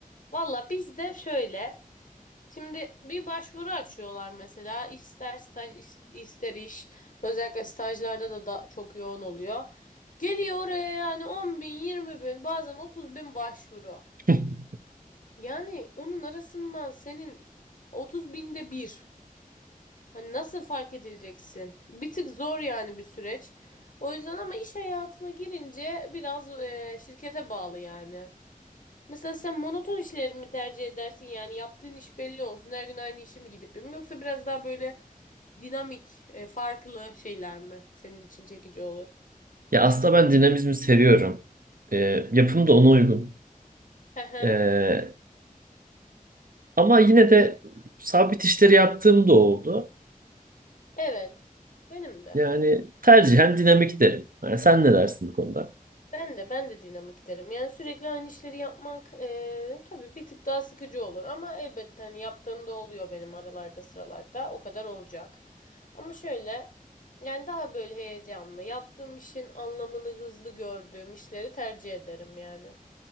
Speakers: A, on the left; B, on the right.
A: Valla bizde şöyle Şimdi bir başvuru açıyorlar mesela ister staj is- ister iş özellikle stajlarda da, da çok yoğun oluyor. Geliyor oraya yani 10 bin 20 bin bazen 30 bin başvuru.
B: <laughs>
A: Yani onun arasından senin 30 binde bir. Hani nasıl fark edileceksin? Bir tık zor yani bir süreç. O yüzden ama iş hayatına girince biraz e, şirkete bağlı yani. Mesela sen monoton işleri mi tercih edersin yani yaptığın iş belli olsun her gün aynı işi mi gidip yapayım yoksa biraz daha böyle dinamik e, farklı şeyler mi senin için çekici olur?
B: Ya aslında ben dinamizmi seviyorum. Ee, yapım da ona uygun.
A: Hı hı.
B: Ee, ama yine de sabit işleri yaptığım da oldu.
A: Evet. Benim de.
B: Yani tercihen dinamik derim. Yani sen ne dersin bu konuda?
A: Ben de ben de dinamik derim. Yani sürekli aynı işleri yapmak eee tabii bir tık daha sıkıcı olur ama elbette hani yaptığım da oluyor benim aralarda sıralarda o kadar olacak. Ama şöyle yani daha böyle heyecanlı yaptığım işin anlamını hızlı gördüğüm işleri tercih ederim yani.